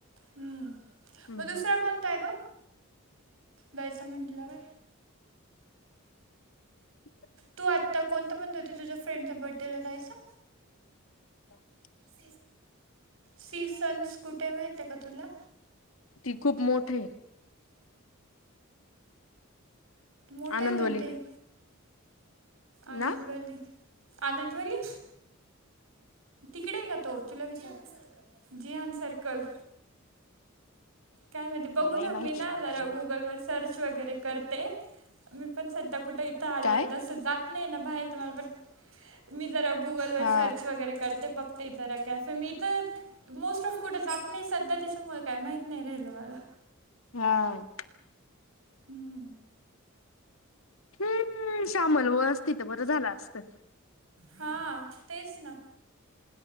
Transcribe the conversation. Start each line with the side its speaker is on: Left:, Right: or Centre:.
Right: हम्म
Left: हम्म
Right: मग
Left: हम्म
Right: दुसरा कोणता आहे ग दैचा म्हंटल्यावर
Left: <inaudible>
Right: तू आत्ता कोणत म्हणत होते तुझ्या फ्रेंडचा बर्थडेला जाहायचा
Left: <inaudible>
Right: स सी सन्स कुठे माहित आहे का तुला
Left: ती खूप मोठ आहे
Right: मोठे
Left: आनंदवलीत
Right: म्हते आनंदवली
Left: ना
Right: आनंदवली तिकडे आहे का तो तुला विचार जिहान सर्कल काय माहिती बघू
Left: नाही
Right: थांब
Left: माहिती
Right: म नाल
Left: मला एवढं
Right: रा गुगल वर सर्च वगैरे करते मी पण सध्या कुठं इथं आल्यावर
Left: काय
Right: जसं जात नाही ना बाहेर तर मला पण मी जरा गुगलवर
Left: हा
Right: सर्च वगैरे करते बघ ते जरा कॅफे मी तर मोस्ट ऑफ कुठे जात नाही सध्या त्याच्यामुळे काय माहत नाही राहिल मला
Left: हा
Right: हम्म.
Left: हम्म श्यामल व अस तिथं बरं झालं असतं
Right: हा तेच ना